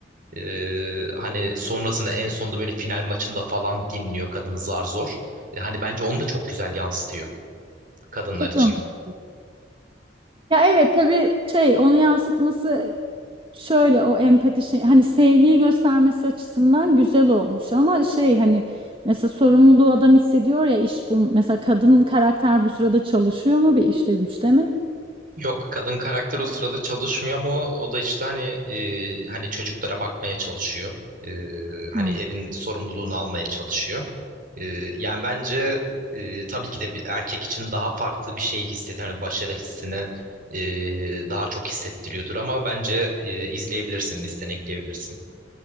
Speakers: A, on the right; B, on the right.
A: E, hani sonrasında en sonunda böyle final maçında falan dinliyor kadın zar zor. E, hani bence onu da çok güzel yansıtıyor kadınlar
B: çok
A: için.
B: romantik. Ya evet tabii şey onu yansıtması Şöyle o empati şey hani sevgiyi göstermesi açısından güzel olmuş ama şey hani mesela sorumluluğu adam hissediyor ya iş bu mesela kadın karakter bu sırada çalışıyor mu bir işte güçte mi?
A: Yok kadın karakter o sırada çalışmıyor ama o, o da işte hani e, hani çocuklara bakmaya çalışıyor. E, hani
B: Ha.
A: evin sorumluluğunu almaya çalışıyor. E, yani bence e, tabii ki de bir erkek için daha farklı bir şey hissediyor. Hani başarı hissini e, daha çok hissettiriyordur ama bence e, izleyebilirsin, listene ekleyebilirsin.